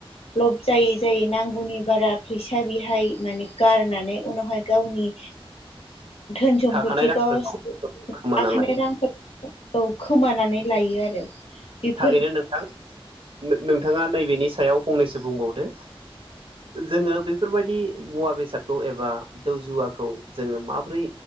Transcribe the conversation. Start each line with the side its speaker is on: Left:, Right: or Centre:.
Left: लब जायै जायै नांगौनि बारा फैसा बेहाय माने गारनानै उनावहाय गावनि
Right: <unintelligible>
Left: धोन सम्फथिखौ
Right: थाखानाय रांफोरखौ
Left: थाखानाय
Right: खोमाना लायो
Left: रां औ खोमानानै लायो आरो बेफोर
Right: थारैनो नोंथां नोंथाङा नैबेनि सायाव फंनैसो बुंबावदो जोङो बेफोरबायदि मुवा बेसादखौ एबा जौ जुवाखौ जोङो माबोरै